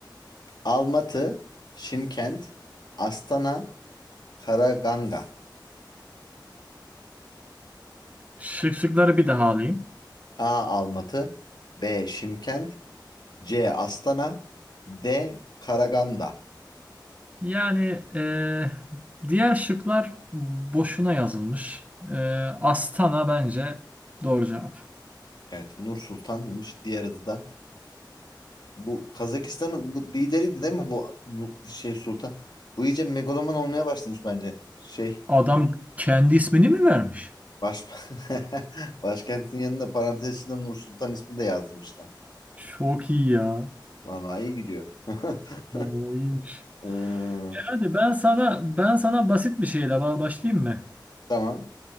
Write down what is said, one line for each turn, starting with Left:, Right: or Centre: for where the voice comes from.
Left: Almatı, Şimkent, Astana, Karaganda.
Right: Şık şıkları bir daha alayım.
Left: A. Almatı, B. Şimkent, C. Astana, D. Karaganda.
Right: Yani eee, diğer şıklar boşuna yazılmış. Eee, Astana bence doğru cevap.
Left: Evet, Nur Sultan'mış diğer adı da. Bu Kazakistan'ın bu lideriydi değil mi bu Nu- şey Sultan? Bu iyice megaloman olmaya başlamış bence. Şey,
Right: Adam kendi ismini mi vermiş?
Left: baş... <laughs> başkentin yanında parantez içinde Nur Sultan ismini de yazdırmışlar.
Right: Çok iyi ya.
Left: Vallahi iyi gidiyor. <laughs>
Right: Vallahi iyiymiş.
Left: Hmm,
Right: Hadi ben sana ben sana basit bir şeyle ba- başlayayım mı?
Left: tamam,